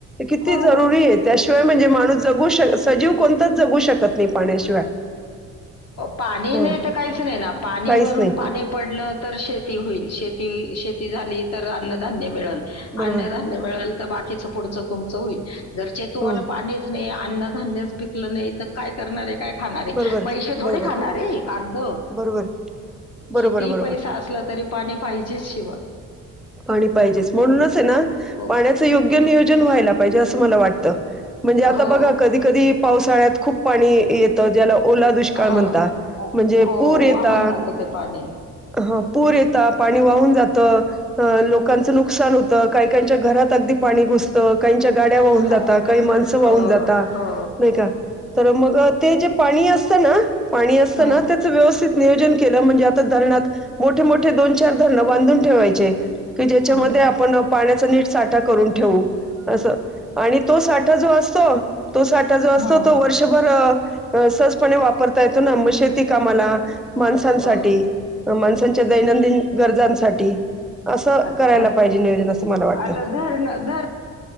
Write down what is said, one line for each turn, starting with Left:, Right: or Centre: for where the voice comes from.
Centre: किती
Left: हो.
Centre: जरुरी हे त्याशिवाय म्हणजे माणूस जगू शक सजीव कोणताच जगू शकत नाही पाण्याशिवाय.
Left: पाणी
Centre: ह
Left: नाही तर काहीच नाही ना पाणी
Centre: काहीच
Left: वरून
Centre: नाही
Left: पाणी पडलं तर शेती होईल शेती-शेती झाली तर अन्नधान्य मिळल
Centre: बरोबर
Left: अन्नधान्य मिळल तर बाकीच पुढचं तुमचं होईल जर तुम्हाला
Centre: हो
Left: पाणीच नाही अन्नधान्यच पिकलं नाही तर काय करणारे, काय खाणारे
Centre: बरोबर
Left: पैशे थोडी
Centre: बरोबर
Left: खाणार आहे कागदं
Centre: बरोबर बरोबर
Left: किती
Centre: बरोबर
Left: पैसा असलं तरी पाणी पाहिजे शिवा.
Centre: पाणी पाहिजेच म्हणूनच आहे ना
Left: हो
Centre: पाण्याचं योग्य नियोजन व्हायला पाहिजे असं मला वाटतं. म्हणजे आता
Left: हो
Centre: बघा कधी-कधी पावसाळ्यात खूप पाणी येतं ज्याला ओला दुष्काळ
Left: हो
Centre: म्हणता म्हणजे
Left: हो,
Centre: पूर येता
Left: वाहून जातं ते पाणी
Centre: हा पूर येेता पाणी वाहून जातं हा लोकांचं नुकसान होतं काहीकांच्या घरात अगदी पाणी घुस तं काहींच्या गाड्या वाहून
Left: हा,
Centre: जाता, काही माणसं वाहून
Left: हो
Centre: जाता
Left: हो
Centre: नाही का तर मग ते जे पाणी असतं ना पाणी असतं
Left: हा,
Centre: ना ते चा व्यवस्थित नियोजन केलं म्हणजे आता धरणात मोठे मोठे दोन चार धरणं बांधून ठेवायचे कि ज्याच्यामध्ये
Left: हा.
Centre: आपण पाण्याचा नीट साठा करून ठेवू असं आणि तो साठा जो असतो तो साठा जो
Left: हं,
Centre: असतो तो वर्ष भर अ सहजपणे वापरता येतो ना शेती कामाला माणसांसाठी
Left: हो
Centre: माणसांच्या दैनंदिन गरजांसाठी. असं
Left: आता-ता
Centre: करायला पाहिजे नियोजन असं मला वाटतं
Left: आता धरणं-धरणं